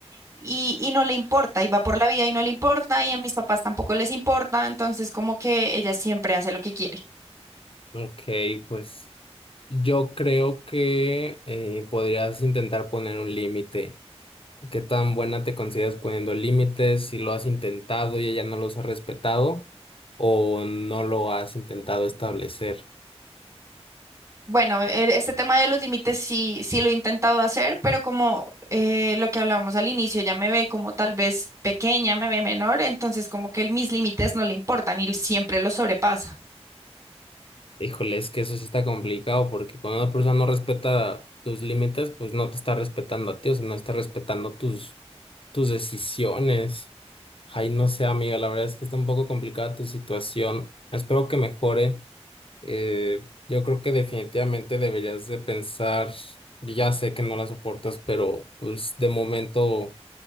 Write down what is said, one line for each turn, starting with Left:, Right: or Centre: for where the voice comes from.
Right: y, y no le importa, y va por la vida y no le importa, y a mis papás tampoco les importa, entonces como que ella siempre hace lo que quiere.
Left: Ok, pues yo creo que eh, podrías intentar poner un límite ¿Qué tan buena te consideras poniendo límites? Si lo has intentado y ella no los ha respetado o no lo has intentado establecer.
Right: Bueno, e- este tema de los límites sí, sí lo he intentado hacer, pero como eh, lo que hablábamos al inicio, ya me ve como tal vez pequeña, me ve menor, entonces como que mis límites no le importan y siempre los sobrepasa.
Left: Híjole, es que eso sí está complicado porque cuando una persona no respeta tus límites, pues no te está respetando a ti, o sea, no está respetando tus, tus decisiones. Ay, no sé, amiga, la verdad es que está un poco complicada tu situación. Espero que mejore. Eh, yo creo que definitivamente deberías de pensar, ya sé que no la soportas, pero pues de momento,